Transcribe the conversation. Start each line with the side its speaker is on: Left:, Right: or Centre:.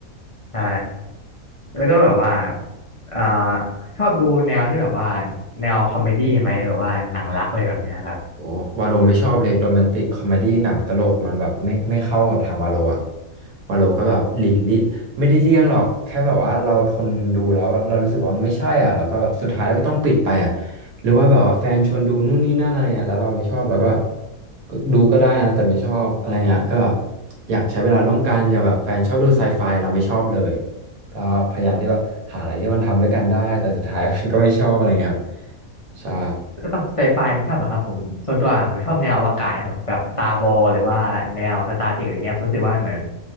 Left: ใช่แล้วก็แบบว่าเอ่าชอบดูแนวที่แบบว่าแนวคอมเมดี้ไหมแบบว่าหนังรักอะไรแบบเนี้ยครับ
Right: โอ้วาโลไม่ชอบเลยโรแมนติกคอมเมดี้หนังตลกมันแบบไม่ไม่เข้ากับทางวาโลอะวาโลก็แบบหลีกเลี่ยงไม่ได้เลี่ยงหรอกแค่แบบว่าเราทนดูแล้วเรารู้สึกว่ามันไม่ใช่อ่ะแล้วก็แบบสุดท้ายเราก็ต้องปิดไปอ่ะหรือว่าแบบว่าแฟนชวนดูนู่นนี่นั่นอะไรเงี้ยแล้วเราไม่ชอบเราก็แบบดูก็ได้นะแต่ไม่ชอบอะไรเงี้ยก็แบบอยากใช้เวลาร่วมกันอย่างแบบแฟนชอบดูไซไฟเราไม่ชอบเลยก็พยายามที่ว่าหาอะไรที่มันทำด้วยกันได้แต่สุดท้ายมันก็ไม่ชอบอะไรเงี้ยครับใช่
Left: สำหรับไซไฟมันชอบเหรอครับผมส่วนตัวผมชอบแนวอวกาศนะครับแบบสตาร์บอ s หรือว่าแนวสตาร์เทคอะไรเงี้ยผมรู้สึกว่ามันเหมือน